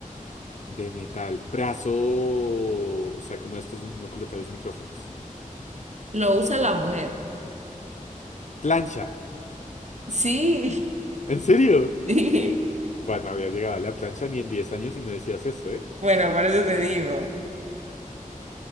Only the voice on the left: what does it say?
de metal. Brazo, o sea, como estos donde uno coloca los micrófonos.
Plancha.
¿En serio?
Bueno, había llegado a la plancha ni en 10 años y no decías eso, ¿eh?